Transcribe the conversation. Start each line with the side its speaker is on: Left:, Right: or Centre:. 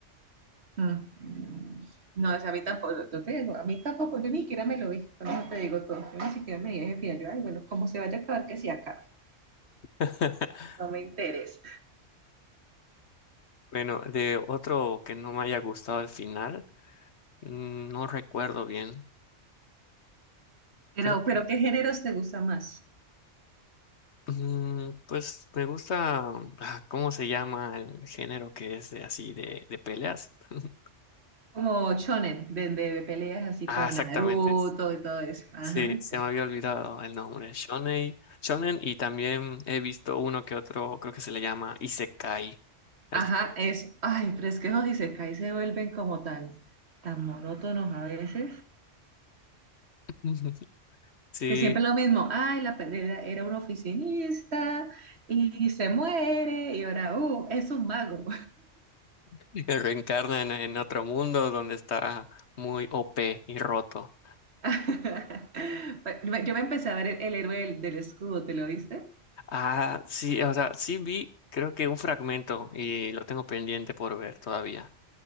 Right: Mm. No, es a mí tampoco, yo te digo, a mí tampoco, yo ni siquiera me lo vi, por eso te digo todo, yo ni siquiera me dije, final, yo, ay, bueno, como se vaya a acabar, que se acabe,
Left: <laughs>
Right: no me interesa.
Left: Bueno, de otro que no me haya gustado el final, mm, no recuerdo bien.
Right: Pero,
Left: Creo
Right: pero
Left: que
Right: ¿qué géneros te gusta más?
Left: Mm, Pues me gusta, ah, ¿cómo se llama el género que es de así de, de peleas? <laughs>
Right: Como shonen, de, de peleas así
Left: Ah,
Right: como
Left: exactamente.
Right: Naruto y todo eso. Ajá,
Left: Sí, se
Right: sí.
Left: me había olvidado el nombre. Shonen, Shonen y también he visto uno que otro, creo que se le llama Isekai. al
Right: Ajá,
Left: género.
Right: es, ay, pero es que los isekais se vuelven como tan, tan monótonos a veces,
Left: <laughs> Sí,
Right: que siempre es lo mismo, ay, la pelea era un oficinista y se muere y ahora, uh, es un mago.
Left: que reencarna en, en otro mundo donde está muy OP y roto.
Right: <laughs> Yo me empecé a ver el, el héroe del, del escudo, ¿te lo viste?
Left: Ah, sí, o sea, sí vi, creo que un fragmento y lo tengo pendiente por ver todavía.